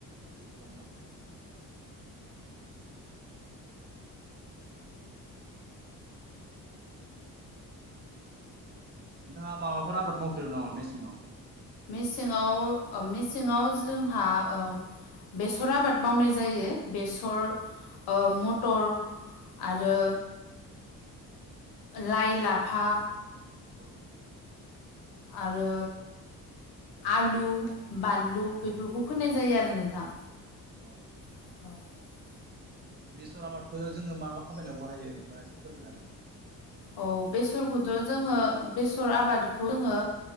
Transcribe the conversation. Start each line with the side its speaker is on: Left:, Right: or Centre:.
Right: बेफोरावनो बाहायो नोंथाङा माबाफोर आबाद मावग्रदों नामा मेसेंआव?
Left: मेसेङाव ओ मेसेङाव जोंहा ओ बेसर आबाद मावनाय जायो ओ बेसर मटर आरो लाइ लाफा
Right: औ
Left: आरो आलु बानलु बेफोरखौ फोननाय जायो आरो नोंथां।
Right: औ
Left: <inaudible>
Right: बेसर आबादखौ जोङो मा मा खामानियाव बाहायो नोंथाङा एसे फोरमायनो हागोन नामा?
Left: औ बेसरखौथ' जोङो बेसर आबादखौ जोङो